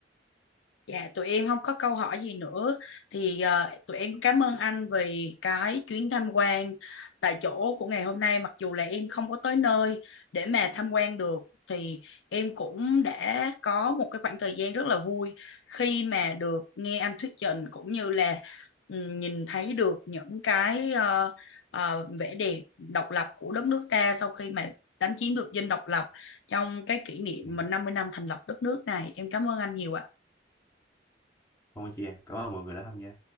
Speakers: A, on the left; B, on the left.
A: Dạ, tụi em không có câu hỏi gì nữa thì ờ, tụi em cảm ơn anh vì cái chuyến tham quan tại chỗ của ngày hôm nay mặc dù là em không có tới nơi để mà tham quan được thì em cũng đã có một cái khoảng thời gian rất là vui khi mà được nghe anh thuyết trình cũng như là ừ, nhìn thấy được những cái ờ, ờ, vẻ đẹp độc lập của đất nước ta sau khi mà đánh chiếm được dinh độc lập trong cái kỷ niệm
B: Ừ.
A: mà 50 năm thành lập đất nước này. Em cảm ơn anh nhiều ạ.
B: Không có chi em. Cảm ơn mọi người đã tham gia.